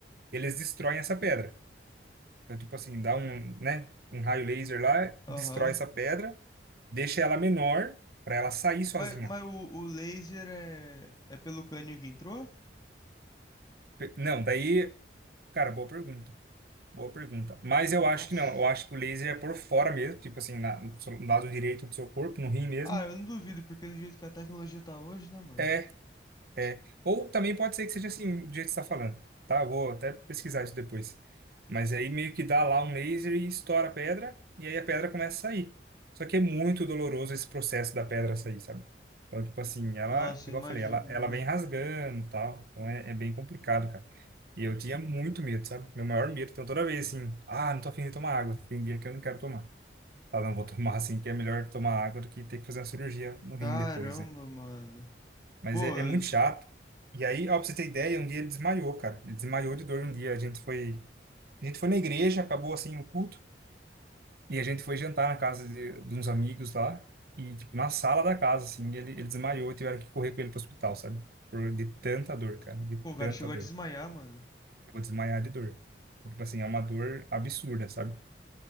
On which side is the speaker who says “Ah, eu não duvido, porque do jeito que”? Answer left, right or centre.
Left